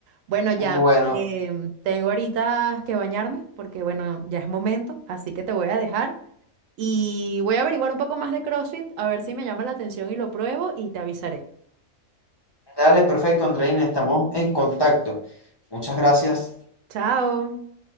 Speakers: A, on the right (about 70°); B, on the left (about 35°).
A: Bueno, ya,
B: Bueno,
A: em, tengo ahorita que bañarme porque bueno, ya es momento, así que te voy a dejar. Y voy a averiguar un poco más de CrossFit, a ver si me llama la atención y lo pruebo y te avisaré.
B: dale, perfecto, Andreina, estamos en contacto. Muchas gracias.
A: Chao.